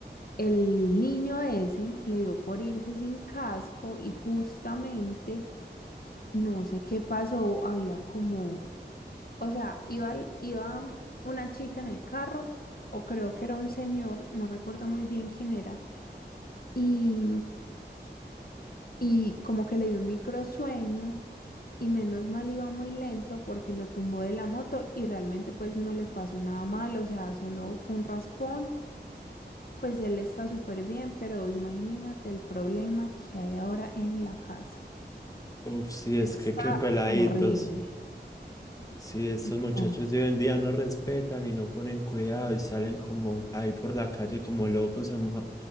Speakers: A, on the left; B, on the left.
A: el niño ese le dio por irse sin casco y justamente no sé qué pasó, había como, o sea, iba, al- iba mm, una chica en el carro o creo que era un señor, no recuerdo muy bien quién era, y y como que le dio un microsueño y menos mal iba muy lento porque lo tumbó de la moto y realmente pues no le pasó nada mal, o sea, solo fue un raspón, pues él está súper bien, pero imagínate el problema que hay ahora en la casa.
B: Uf, sí,
A: Está
B: es que qué peladitos.
A: horrible.
B: Sí, estos
A: No.
B: muchachos de hoy en día no respetan y no ponen cuidado y salen como ahí por la calle como locos a, ma-